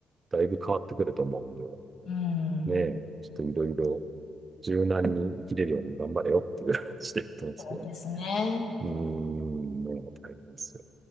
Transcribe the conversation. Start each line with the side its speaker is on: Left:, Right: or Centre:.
Right: だいぶ変わってくると思うんで、
Left: うん、
Right: ねちょっといろいろ柔軟に生きれるように頑張れよっていう話で言ってますけどね
Left: そうですね。
Right: うーん、もう大変ですよね。